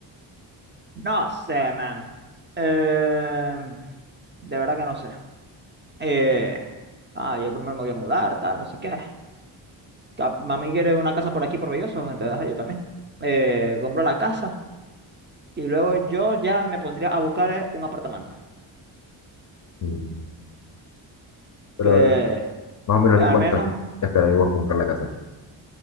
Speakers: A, on the right; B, on the left.
A: No sé, man. Eh, de verdad que no sé. Eh, ah, yo primero me voy a mudar, tal, no sé qué. Cap- Mami quiere una casa por aquí, por Belloso, entonces ajá, yo también. Eh, compro la casa y luego yo ya me pondría a buscar eh, un apartamento.
B: Mm, Pero
A: Que
B: más o menos
A: al
B: de cuánto
A: menos,
B: esperaríamos comprar la casa.